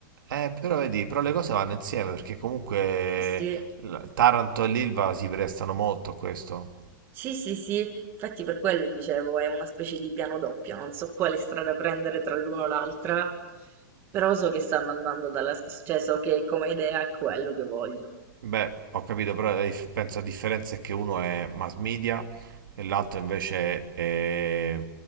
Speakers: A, on the right (about 85°); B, on the right (about 20°).
A: eh, però vedi, però le cose vanno insieme perché comunque
B: Sì, sì.
A: la- Taranto e l'Ilva si prestano molto a questo.
B: Sì, sì, sì, infatti per quello dicevo, è una specie di piano doppio, non so quale strada prendere tra l'uno e l'altra, però so che stanno andando dalla... cioè so che come idea è quello che voglio.
A: Beh, ho capito, però la dif- penso la differenza è che uno è mass media e l'altro invece è,